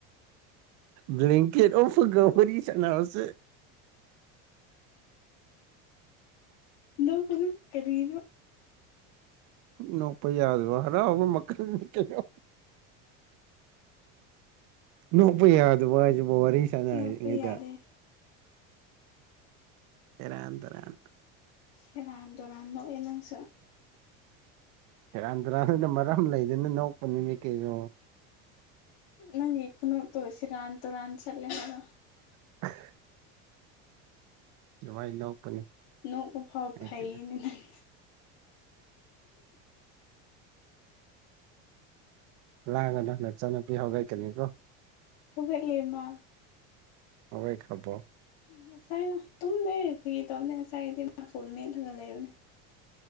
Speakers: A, on the right; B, on the left.
A: ꯕꯥꯡꯀ꯭꯭ꯂꯦꯠ ꯎꯞꯄꯒ ꯋꯥꯔꯤ ꯁꯥꯟꯅꯕꯁꯦ
B: ꯅꯣꯛꯀꯅꯨ ꯀꯔꯤꯅꯣ
A: ꯅꯣꯛꯄ ꯌꯥꯗꯕ ꯍꯔꯥꯎꯕ ꯃꯈꯜꯅꯤ ꯀꯩꯅꯣ ꯅꯣꯛꯄ ꯌꯥꯗꯕ ꯍꯥꯏꯁꯤꯕꯨ ꯋꯥꯔꯤ ꯁꯥꯟꯅꯔꯤꯉꯩꯗ
B: ꯅꯣꯛꯄ ꯌꯥꯗꯦ
A: ꯁꯦꯔꯥꯟ ꯇꯨꯔꯥꯟ
B: ꯁꯦꯔꯥꯟ ꯇ ꯨꯔꯥꯟ ꯅꯣꯛꯑꯦ ꯅꯪꯁꯨ
A: ꯁꯦꯔꯥꯟ ꯇꯨꯔꯥꯟꯗꯨꯅ ꯃꯔꯝ ꯂꯩꯗꯅ ꯅꯣꯛꯄꯅꯤꯅꯦ ꯀꯩꯅꯣ
B: ꯅꯪꯒꯤ ꯈꯨꯅꯣꯛꯇꯣ ꯁꯤꯔꯥꯟ ꯇꯨꯔꯥꯟ ꯆꯠꯂꯦ ꯍꯥꯏꯕ
A: <inaudible> ꯁꯨꯝꯃꯥꯏ ꯅꯣꯛꯄꯅꯤ
B: ꯅꯣꯛꯄ ꯐꯥꯎꯕ
A: ꯑꯩꯗꯤ
B: ꯐꯩꯌꯦꯅꯦ ꯅꯪ
A: ꯂꯥꯡꯒꯅꯣ ꯅꯆꯟꯅꯨꯄꯤ ꯍꯧꯒꯠꯀꯅꯤꯀꯣ
B: ꯍꯧꯒꯠꯂꯦ ꯃꯥ
A: ꯍꯧꯒꯠꯈ꯭ꯔꯥꯕꯣ
B: ꯉꯁꯥꯏꯅ ꯇꯨꯝꯗꯦ ꯐꯒꯤ ꯇꯧꯕꯅꯦ ꯉꯁꯥꯏꯒꯤꯗꯤ ꯃꯥ ꯐꯣꯟ ꯃꯦꯠꯂꯒ ꯂꯩꯕꯅꯦ